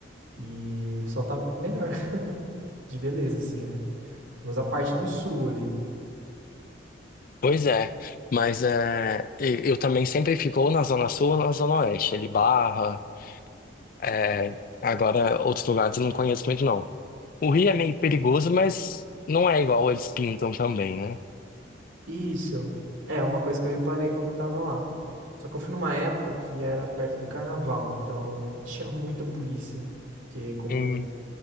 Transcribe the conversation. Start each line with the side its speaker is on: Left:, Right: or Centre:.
Right: E só tá melhor <laughs> de beleza, assim, né? Mas a parte do sul ali.
Left: Pois é, mas é, eu eu também sempre fico ou na Zona Sul ou na Zona Oeste, ali Barra, É, agora, outros lugares eu não conheço muito, não. O Rio é meio perigoso, mas não é igual eles pintam também, né?
Right: Isso. É uma coisa que eu reparei quando eu tava lá. Só que eu fui numa época que era perto do carnaval, então <laughs> tinha muita polícia. Porque como
Left: Hum,